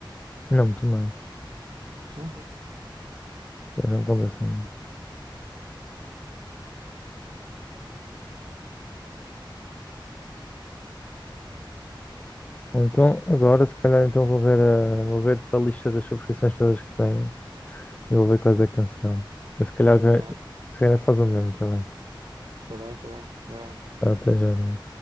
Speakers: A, on the left; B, on the right.
A: Não, muito mais.
B: Sim, sim.
A: Pois não compensa muito. Ou Então, agora, se calhar, então vou ver, a, vou ver para a lista das subscrições todas que tenho e vou ver quais é que cancelo. Eu, se calhar, ve-
B: Não,
A: se calhar faz o mesmo também.
B: está bem, está bem. Vai lá, então.
A: Já até já. né?